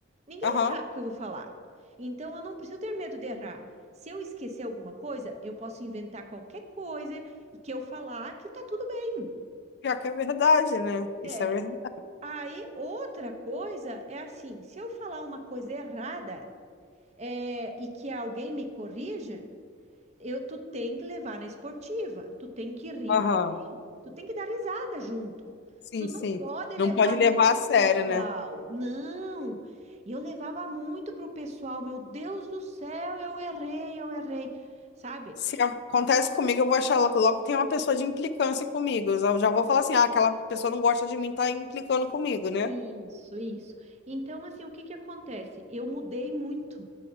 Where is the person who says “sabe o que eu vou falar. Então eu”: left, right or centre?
Right